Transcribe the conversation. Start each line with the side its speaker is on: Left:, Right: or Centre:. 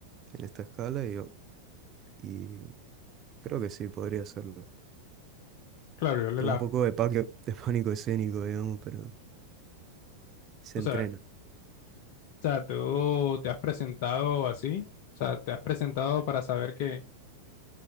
Right: en esta escala y, yo- y creo que sí, podría hacerlo.
Left: claro, yo le
Right: Tengo
Left: la,
Right: un poco de, paque- <laughs> de pánico escénico, digamos, pero se
Left: o
Right: entrena.
Left: sea, o sea, tú te has presentado así, o sea, te has presentado para saber que